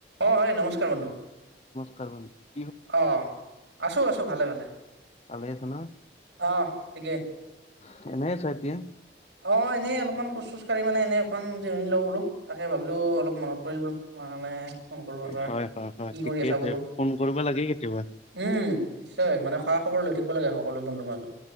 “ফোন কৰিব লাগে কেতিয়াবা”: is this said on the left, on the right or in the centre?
Left